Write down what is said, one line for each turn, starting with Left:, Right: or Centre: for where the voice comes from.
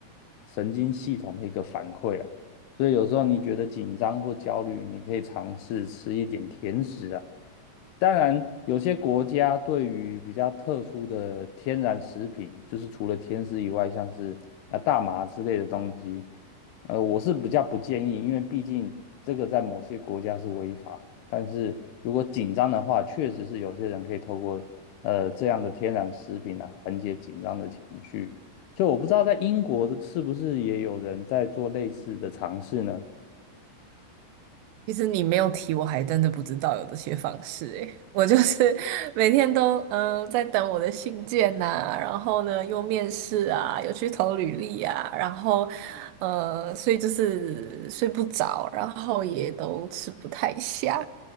Left: 神经系统的一个反馈啊。所以有时候你觉得紧张或焦虑，你可以尝试吃一点甜食啊。当然，有些国家对于比较特殊的天然食品，就是除了天丝以外，像是啊大麻之类的东西，呃，我是比较不建议，因为毕竟这个在某些国家是违法的。但是如果紧张的话，确实是有些人可以透过呃这样的天然食品啊缓解紧张的情绪。所以我不知道在英国是不是也有人在做类似的尝试呢？
Right: 其实你没有提，我还真的不知道有这些方式诶。我就是 <laughs> 每天都嗯、呃在等我的信件呐、然后呢又面试啊，有去投履历啊，然后呃，所以就是睡不着，然后也都吃不太下，